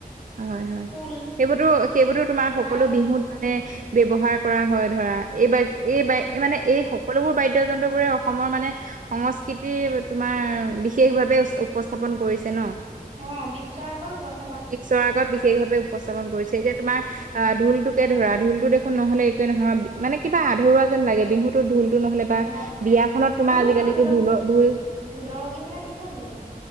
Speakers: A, on the right (about 60°); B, on the right (about 40°).
A: হয় হয়
B: খোল,
A: সেইবোৰতো সেইবোৰতো তোমাৰ সকলো
B: তাল
A: বিহুত মানে ব্যৱহাৰ কৰা হয় ধৰা এই বাদ্য এই
B: অ',
A: বাদ্য এই মানে এই সকলোবোৰ বাদ্যযন্ত্ৰবোৰে অসমৰ মানে সংস্কৃতি তোমাৰ বিশেষ ভাৱে উপস্থাপন কৰিছে ন
B: অ বিশ্বৰ আগৰ উপস্তাপন
A: বিশ্বৰ আগত বিশেষ ভাৱে উপস্থাপন কৰিছে এতিয়া তোমাৰ
B: উপস্থাপন
A: আহ
B: কৰিছে
A: ঢোলটোকে ধৰা ঢোলতো দেখোন নহলে একোৱে নহয় মানে কিবা আধৰুৱা যেন লাগে বিহুতো ঢোলোটো নহলে বা
B: হয় হয়
A: বিয়াখনত
B: বিহুতো
A: তোমাৰ আজিকালিতো
B: এনেও
A: ঢোলৰ ঢোল
B: ঢোলৰ অবিহনে বিহু আধৰুৱা